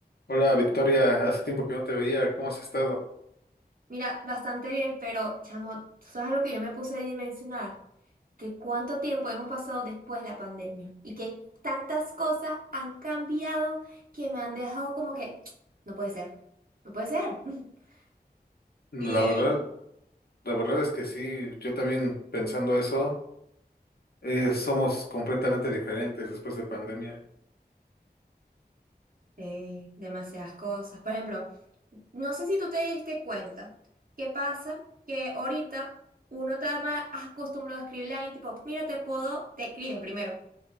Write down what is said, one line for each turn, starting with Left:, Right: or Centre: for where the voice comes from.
Left: Hola Victoria, hace tiempo que no te veía, ¿cómo has estado?
Right: Mira, bastante bien, pero chamo, ¿tú sabes lo que yo me puse a dimensionar? Que cuánto tiempo hemos pasado después de la pandemia y que tantas cosas han cambiado que me han dejado como que, <tsk> no puede ser, no puede ser. <laughs>
Left: La
Right: Y
Left: verdad, la verdad es que sí, yo también pensando eso, eh, somos completamente diferentes después de pandemia.
Right: eh, demasiadas cosas. Por ejemplo, no sé si tú te diste cuenta qué pasa que ahorita uno está más acostumbrado a escribirle a alguien tipo, mira, te puedo, te escriben primero.